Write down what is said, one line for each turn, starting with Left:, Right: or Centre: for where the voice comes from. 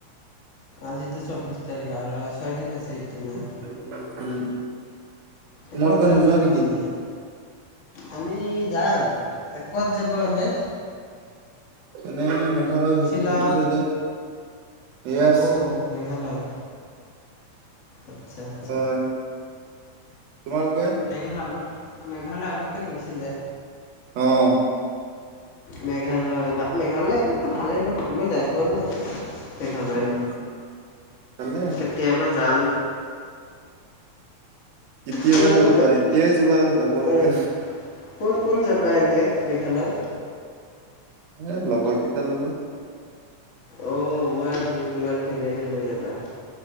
Left: আজিতো চব্বিছ তাৰিখ, আৰু ছয়দিন আছে।
Right: উম।
Left: মাহ।
Right: তোমালোকে
Left: এ ক'ত যাম
Right: নোযোৱা
Left: বুলি
Right: নেকি?
Left: ভাবিছে, আমি যাম। এ ক'ত যাব এনে?
Right: এনেই মেঘালয়
Left: শ্বিলং
Right: সেইটো চাইডে। য়েছ
Left: অ', মেঘালয়? আচ্ছা, আচ্ছা।
Right: হয় তোমালোকে?
Left: মেঘল আগত, মেঘালয় আগতে গৈছিলে।
Right: অ'।
Left: মেঘালয় বা মেঘালয় এটাততো ভালেই ন, মই যাই পোৱা নাই। মেঘালয়
Right: উম ভালে
Left: কেতিয়াবা যাম।
Right: কেতিয়াবাহে
Left: কোন কোন
Right: যাবা এতিয়াই যোৱা যাব
Left: উম,
Right: লাগে।
Left: কোন কোন যাবা এনে মেঘালয়?
Right: এ লগৰকেইটাৰ লগত।
Left: অ মই <unintelligible> তোমাৰ ফেমিলি লৈ যাবা।